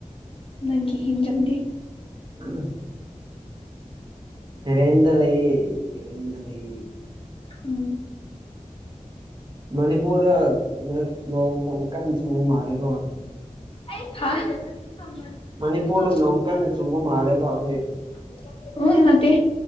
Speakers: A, on the left; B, on the right.
A: ꯅꯪꯒꯤ ꯍꯤꯟꯖꯪꯗꯦ
B: ꯎ <unintelligible> <inaudible> ꯔꯔꯦꯗ ꯂꯩꯦ ꯔꯦꯗ ꯂꯩ
A: ꯎꯝ
B: ꯃꯅꯤꯄꯨꯔꯗ ꯃꯧ ꯌꯥꯝꯛ ꯀꯟꯅ ꯆꯨꯕ ꯃꯥꯜꯔꯦꯀꯣ
A: ꯑ ꯍ <unintelligible>
B: ꯃꯅꯤꯄꯨꯔꯗ ꯅꯣꯡ ꯀꯟꯅ ꯆꯨꯕ ꯃꯥꯜꯂꯦꯀꯣ ꯍꯧꯖꯤꯛ
A: <inaudible> ꯎ ꯅꯠꯇꯦ